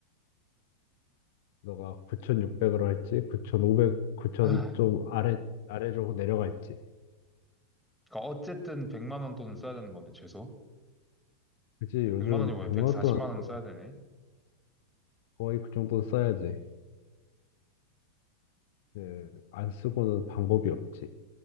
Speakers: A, on the left (about 50°); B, in the centre.
A: 너가 9600으로 할지, 9500, 9000
B: 아,
A: 좀 아래, 아래로 내려갈지.
B: 그러니까 어쨌든 100만 원 돈은 써야 되는 거네, 최소.
A: 그치, 요즘
B: 100만 원이 뭐야?
A: 100만
B: 140만
A: 원 동안 안 쓰고
B: 원 써야 되네.
A: 거의 그 정도는 써야지. 예, 안 쓰고는 방법이 없지.